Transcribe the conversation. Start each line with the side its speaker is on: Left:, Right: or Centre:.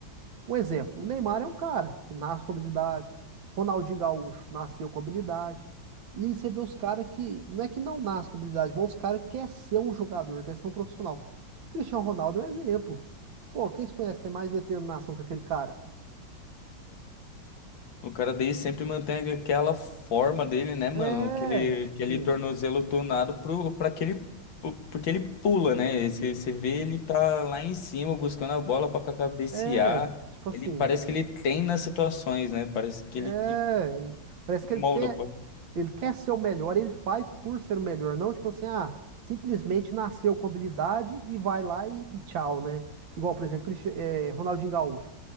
Right: Um exemplo, o Neymar é um cara que nasce com habilidade. Ronaldinho Gaúcho nasceu com habilidade. E aí você vê os caras que, não é que não nasce com habilidade, mas os caras querem ser um jogador, quer ser um profissional. O Cristiano Ronaldo é um exemplo. Pô, quem se conhece tem mais determinação que aquele cara?
Left: O cara dele sempre mantém aquela forma dele, né, mano?
Right: É,
Left: Aquele,
Right: tipo,
Left: aquele tornozelo tonado pro, pra que ele, porque ele pula, né? Você, você vê ele tá lá em cima buscando a bola pra cabecear.
Right: é, é, tipo assim,
Left: Ele parece que ele treina as situações, né? Parece que
Right: é,
Left: ele
Right: parece que ele
Left: molda,
Right: quer.
Left: pô.
Right: Ele quer ser o melhor, ele faz por ser o melhor, não tipo assim, ah, simplesmente nasceu com habilidade e vai lá e, e tchau, né? Igual, por exemplo, Cristi- eh, Ronaldinho Gaúcho.